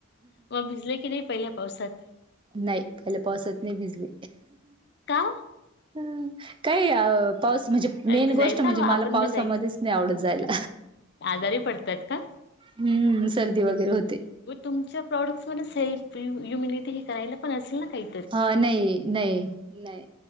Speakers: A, on the left (about 55°); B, on the right (about 25°).
A: मग भिजले की नाही पहिल्या. पावसात.
B: नाही पहिल्या पावसात नाही भिजली.
A: का.
B: ह काही अ पाऊस म्हणजे मेन
A: भिजायचा
B: गोष्ट म्हणजे
A: हवा आपण
B: मला पावसामध्येच
A: भिजायचं.
B: नाही आवडत जायला
A: आजारी पडतात का?
B: हम्म सर्दी वगैरे होते.
A: मग तुमच्या प्रॉडक्ट्स मध्ये सेल्फ युमिनिटी हे करायला पण असेल ना काही.
B: ह नाही नाही नाही